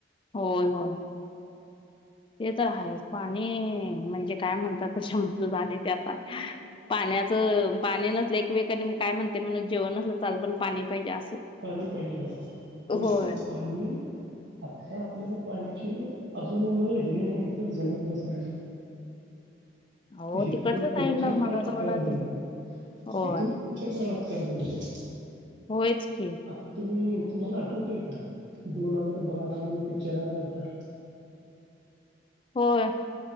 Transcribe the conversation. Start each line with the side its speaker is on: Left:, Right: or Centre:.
Left: होय. होय. ते तर आहेच. पाणी- म्हणजे काय म्हणतात त्याच्यामधलं ते झालय ते आता. पाण्याचं -पाणी नसलं एकवेळ कानी म काय म्हणते म्हण जेवण नसलं त चालल पण पाणी पाहिजे असं.
Right: पाणी पाहिजे. आणि
Left: होय
Right: कसं पाणी- आत्ता आपल्याला पाण्याची- अजून एवढं हेि नाही तर जमिनी बसायल्या.
Left: हो
Right: इथून
Left: तिकडच्या साईडला
Right: पुढच्या काळात
Left: मराठवाडा
Right: काय होईल?
Left: ते होय
Right: इथून पुढ- च्या काळात काय होईल तो.
Left: होयच की.
Right: आता तुम्ही, तुम्हाला आठवतय का? दोन हजार बारा म्हणून पिक्चर आला होता.
Left: होय.